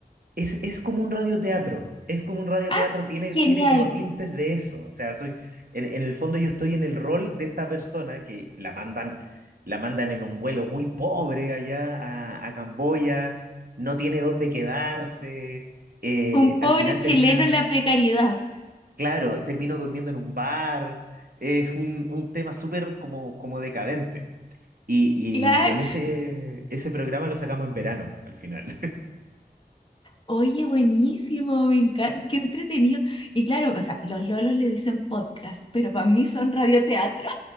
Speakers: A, on the right; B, on the left.
A: Es, es como un radioteatro, es como un radioteatro,
B: ¡Ah,
A: tiene,
B: genial!
A: tiene como tintes de eso, o sea, soy, en, en el fondo yo estoy en el rol de esta persona que la mandan, la mandan en un vuelo muy pobre allá a, a Camboya, no tiene dónde quedarse, eh,
B: Un pobre
A: al final
B: chileno
A: termina,
B: en la precariedad.
A: claro, termino durmiendo en un bar, es un, un tema súper como, como decadente. Y, y
B: Claro.
A: con ese, ese programa lo sacamos en verano, al final.
B: Oye, buenísimo, me encanta. Qué entretenido. Y claro, o sea, los lolos le dicen podcast, pero para mí son radioteatro.